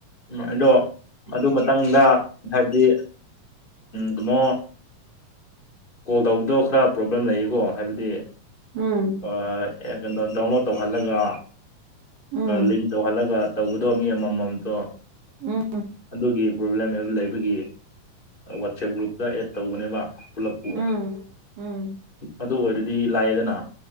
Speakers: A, on the left; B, on the right.
A: ꯎꯝ ꯑꯗꯣ ꯑꯗꯨ ꯃꯇꯝꯗ ꯍꯥꯏꯕꯗꯤ ꯀꯨꯅꯣ ꯀꯣꯜ ꯇꯧꯕꯗꯣ ꯈꯔ ꯄ꯭ꯔꯣꯕ꯭ꯂꯦꯝ ꯂꯩꯌꯦꯀꯣ ꯍꯥꯏꯕꯗꯤ
B: ꯎꯝ
A: ꯑꯦ <unintelligible> ꯀꯩꯅꯣ ꯗꯥꯎꯟꯂꯣꯗ ꯇꯧꯍꯜꯂꯒ
B: ꯎꯝ
A: ꯂꯤꯡ ꯇꯧꯍꯜꯂꯒ ꯇꯧꯕꯗꯣ ꯃꯤ ꯑꯃꯃꯝꯇꯣ
B: ꯎꯝ
A: ꯑꯗꯨꯒꯤ ꯄ꯭ꯔꯣꯕ꯭ꯂꯦꯝ ꯌꯥꯝ ꯂꯩꯕꯒꯤ ꯋꯥꯠꯆꯦꯞ ꯒ꯭ꯔꯨꯞꯇ ꯑꯦꯗ ꯇꯧꯕꯅꯦꯕ ꯄꯨꯂꯞ ꯀꯤ
B: ꯎꯝ ꯎꯝ
A: ꯑꯗꯨ ꯑꯣꯏꯔꯗꯤ ꯂꯥꯏꯑꯦꯗꯅ